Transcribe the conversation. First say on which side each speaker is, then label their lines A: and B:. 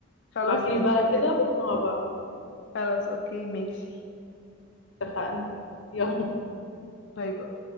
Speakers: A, on the left; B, on the left.
A: خلاص
B: ابعتيلي
A: ماشي
B: بقى
A: احنا
B: كده واحنا مع بعض
A: خلاص اوكي ماشي
B: اتفقنا يلا
A: باي باي